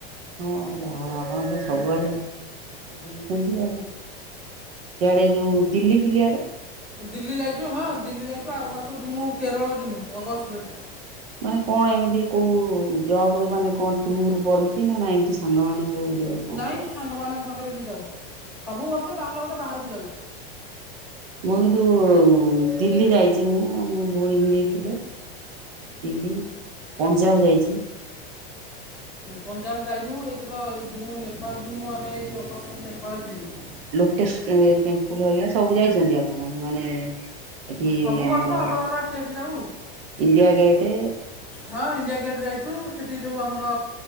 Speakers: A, on the right; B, in the centre.
A: ହଁ ଆଉ ଆପଣ ତ ସବୁଆଡେ ବୁଲିଛନ୍ତି ଆଉ। ସିଆଡେ ଯୋଉ ଦିଲ୍ଲୀ ଫିଲିଆଡେ?
B: ଦିଲ୍ଲୀ ଯାଇଛୁ ହଁ ଦିଲ୍ଲୀ ଯାଇଛୁ ଆର ମାସ ଯିମୁ କେରଳ ଯିମୁ ଅଗଷ୍ଟରେ।
A: ମାନେ କଣ ଏମିତି କୋଉ ଜବ ମାନେ କଣ ଟୁର୍ ପଡୁଛି ନାଁ ନାଁ ଏମତି ସାଙ୍ଗମାନେ ସବୁ ବୁଲିବାକୁ କଣ
B: ନାଇଁ
A: ଯାଉଛ?
B: ସାଙ୍ଗମାନଙ୍କ ସାଙ୍ଗରେ ବି ଯାଉ ସବୁ ବର୍ଷ ଯାହେଲେ ଗୋଟେ ବାହାରକୁ ଯାଉ।
A: ମୁଁ କିନ୍ତୁ ଦିଲ୍ଲୀ ଯାଇଛି ମୁଁ ମୋ ଭଉଣୀ ଭିଣେଇ ଥିଲେ। ଦିଲ୍ଲୀ ପଞ୍ଜାବ ଯାଇଛି।
B: ପଞ୍ଜାବ ଯାଇନୁ ଏଥର ଏଇ ଯିମୁଁ ନେପାଳ ଯିମୁଁ ଆମେ ଏଇ ଅଗଷ୍ଟରେ ନେପାଳ ଯିବୁ।
A: ଲୋଟେସ୍ ଟେମ୍ପୁଲ୍ ହେରିକା ସବୁ ଯାଇଛନ୍ତି ଆପଣ ମାନେ ଏଠି
B: ସବୁ
A: ଆମର
B: ବର୍ଷ ଅଲଗା ଅଲଗା ଷ୍ଟେଟ୍ ଯାଉ
A: ଇଣ୍ଡିଆ ଗେଟେ।
B: ହଁ ଇଣ୍ଡିଆ ଗେଟ୍ ଯାଇଛୁ ସେଠି ଯଉ ଆମର